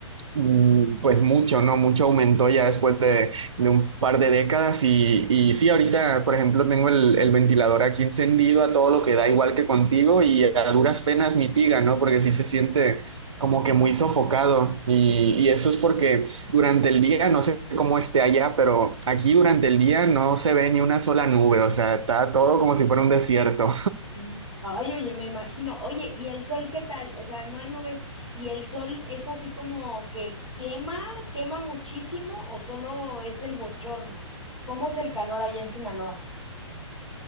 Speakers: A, on the right (about 65°); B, on the left (about 85°).
A: Mm, Pues mucho, ¿no? Mucho aumentó ya después de, de un par de décadas y, y sí, ahorita, por ejemplo, tengo el, el ventilador aquí encendido a todo lo que da, igual que contigo, y a duras penas mitiga, ¿no? Porque sí se siente como que muy sofocado y, y eso es porque durante el día, no sé cómo esté allá, pero aquí durante el día no se ve ni una sola nube, o sea, está todo como si fuera un desierto.
B: Mm. Ay, oye, me imagino. Oye, ¿y el sol qué tal? O sea, no hay nubes. ¿Y el sol es así como que quema, quema muchísimo o solo es el bochorno? ¿Cómo es el calor allá en Sinaloa?